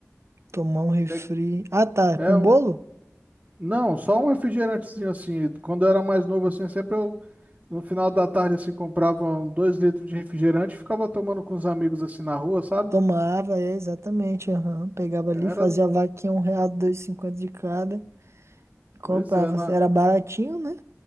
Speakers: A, on the right; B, on the right.
A: tomar um refri.
B: É,
A: Ah, tá.
B: é
A: Com
B: um-
A: bolo?
B: não, só um refrigerantezinho assim. Quando eu era mais novo assim, sempre eu. No final da tarde, assim, comprava um, dois litros de refrigerante e ficava tomando com os amigos assim na rua, sabe?
A: Tomava, é, exatamente. aham. Pegava ali,
B: Era,
A: fazia a vaquinha, um real, dois e cinquenta de cada. Comprava.
B: pois é, na,
A: Era baratinho, né?